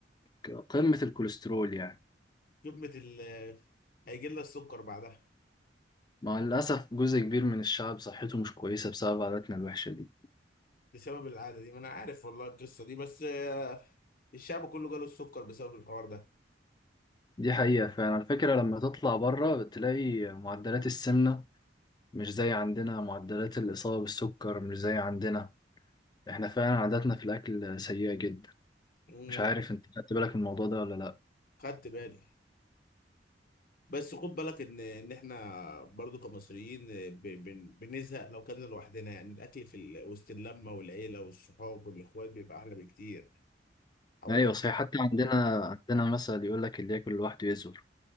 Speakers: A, on the left; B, on the left.
A: ك- قمة الكوليسترول يعني
B: جبنة ال هيجي لنا السكر بعدها
A: مع الأسف جزء كبير من الشعب صحته مش كويسة بسبب عاداتنا الوحشة دي
B: بسبب العادة دي ما أنا عارف والله القصة دي بس آه، الشعب كله جاله السكر بسبب الحوار ده
A: دي حقيقة فعلا على فكرة لما تطلع بره بتلاقي معدلات السمنة مش زي عندنا معدلات الإصابة بالسكر مش زي عندنا احنا فعلا عاداتنا في الأكل سيئة جدا
B: امم
A: مش عارف انت خدت بالك من الموضوع ده ولا لأ
B: خدت بالي بس خد بالك ان ان احنا برضو كمصريين آه، ب- بن- بنزهق لو كنا لوحدنا يعني الاكل في ال- وسط اللمه والعيله والصحاب والاخوات بيبقى احلى بكتير حوالين
A: أيوة صحيح حتى عندنا عندنا مثل يقول لك اللي ياكل لوحده يزور